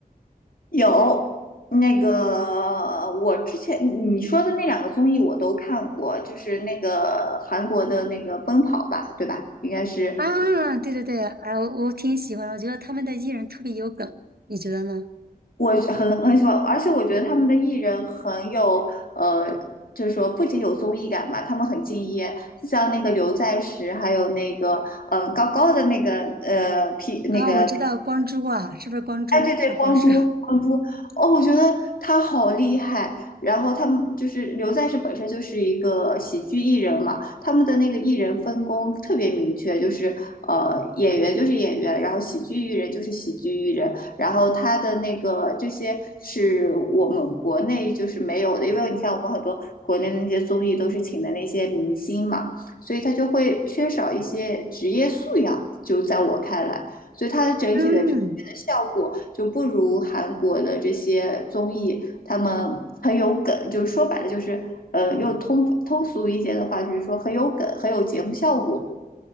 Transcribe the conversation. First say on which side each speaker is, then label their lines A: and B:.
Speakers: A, on the left; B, on the right.
A: 有那个，我之前你说的那两个综艺我都看过，就是那个韩国的那个《奔跑吧》，对吧？应该是
B: 啊，对对对，啊，我我挺喜欢的，我觉得他们的艺人特别有梗，你觉得呢？
A: 我很很喜欢，而且我觉得他们的艺人很有呃，就是说不仅有综艺感吧，他们很敬业，就像那个刘在石，还有那个嗯、呃高高的那个呃皮那个。
B: 啊，我知道光洙啊，是不是光洙？
A: 哎，对对，
B: 还有光洙，
A: 光洙，光洙，哦，我觉得他好厉害。然后他们就是刘在石本身就是一个喜剧艺人嘛，他们的那个艺人分工特别明确，就是呃演员就是演员，然后喜剧艺人就是喜剧艺人。然后他的那个这些是我们国内就是没有的，因为你看我们很多国内的那些综艺都是请的那些明星嘛，所以他就会缺少一些职业素养，就在我看来。所以它的整体的呈现的效果就不如韩国的这些综艺，
B: <laughs> 嗯。
A: 他们很有梗，就是说白了就是，呃，又通通俗一些的话，就是说很有梗，很有节目效果。